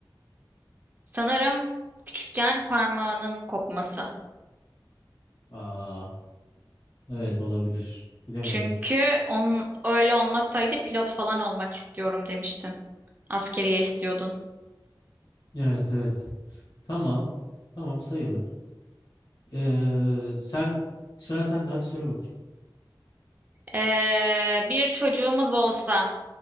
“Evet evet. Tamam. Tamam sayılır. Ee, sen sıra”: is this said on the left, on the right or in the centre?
Left